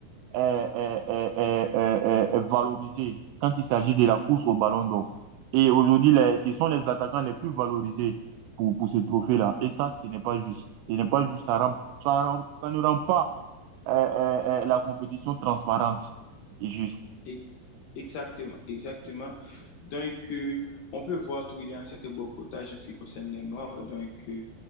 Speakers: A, on the right (about 85°); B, on the left (about 75°).
A: est, est- est- est- est- est valorisé quand il s'agit de la course au Ballon d'Or. Et aujourd'hui, les- ce sont les attaquants les plus valorisés pour, pour ce trophée-là. Et ça, ce n'est pas juste. Ce n'est pas juste. Ça rend- ça rend- ça ne rend pas euh, euh, euh, la compétition transparente et juste.
B: Ex- Exactement, exactement. Donc, euh, on peut voir qu'il y a un certain boycottage en ce qui concerne les Noirs, donc, euh,